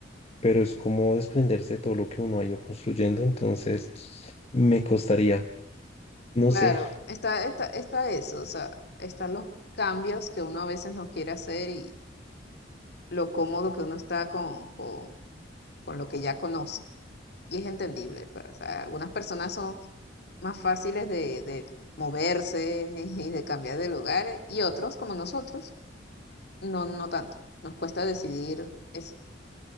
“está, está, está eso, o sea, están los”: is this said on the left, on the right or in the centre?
Left